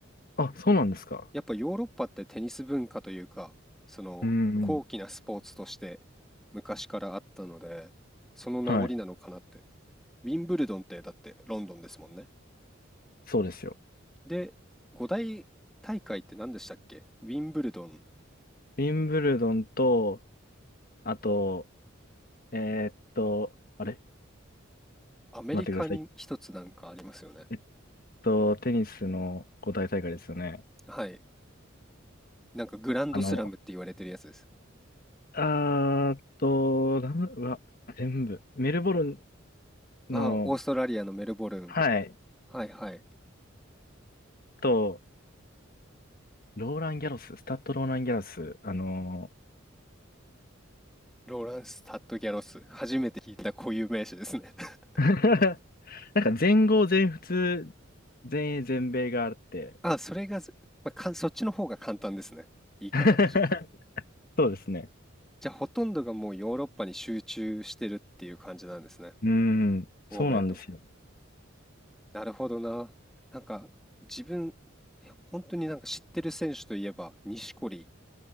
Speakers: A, on the left; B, in the centre.
A: あ、そうなんですか。
B: やっぱヨーロッパってテニス文化というか、その、
A: うんうん。
B: 高貴なスポーツとして昔からあったので、その名残なのかなって。
A: はい。
B: ウィンブルドンってだってロンドンですもんね。
A: そうですよ。
B: で、五大大会って何でしたっけウィンブルドン、
A: ウィンブルドンと、あと、えーっと、あれ
B: アメリカに一つなんかありますよね。
A: 待ってください。えっと、テニスの五大大会ですよね。
B: はい。なんかグランドスラムって言われてるやつです。
A: あの、あーっと、なんだ、うわ、全部。メルボルン
B: あオーストラリアのメルボルン。
A: の、はい、
B: はいはい。
A: と、ローラン・ギャロス、スタッド・ローラン・ギャロス、あの
B: ローランス・タッド・ギャロス。初めて聞いた固有名詞ですね。<laughs>
A: <laughs> なんか全豪、全仏、全英、全米があって。
B: あ、それがず、まあ、かん、そっちの方が簡単ですね。言い方として。
A: <laughs> そうですね。
B: じゃあ、ほとんどがもうヨーロッパに集中してるっていう感じなんですね。
A: うーん、
B: 欧米と。
A: そうなんですよ。
B: なるほどな。なんか、自分、本当になんか知ってる選手といえば、錦織、